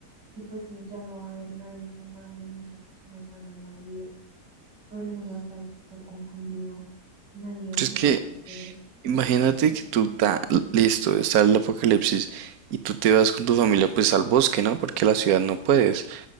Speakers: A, on the right (about 85°); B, on the right (about 65°).
A: Y pues si ya no va a haber nadie que mande, muchas personas van a morir. todo el mundo va a estar súper confundido, nadie va
B: Pero
A: a saber
B: es que
A: qué hacer.
B: imagínate
A: Entonces,
B: que tú estás listo, está el apocalipsis y tú te vas con tu familia pues al bosque, ¿no? Porque a la ciudad no puedes.